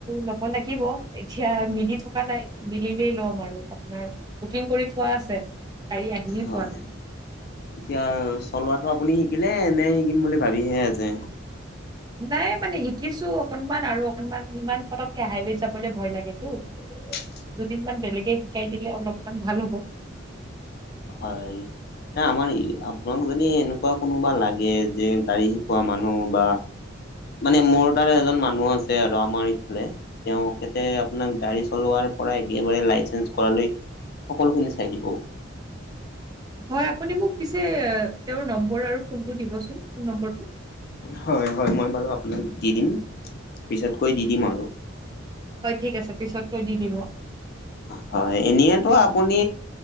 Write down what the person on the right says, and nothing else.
ল'ব লাগিব। এতিয়া মিলি থকা নাই। মিলিলেই ল'ম আৰু আপোনাৰ বুকিং কৰি থোৱা আছে। গাড়ী আহিয়ে
পোৱা নাই।
নাই মানে শিকিছো অকনমান আৰু অকনমান ইমান পতককে হাইৱে যাবলৈ ভয় লাগেতো।
দুদিনমান বেলেগে শিকাই দিলে অলপমান ভাল হ'ব।
হয়, আপুনি মোক পিছে তেওঁৰ নম্বৰ আৰু ফোনটো দিবচোন ফোন নম্বৰটো।
হয়, ঠিক আছে, পিছতকৈ দি দিব।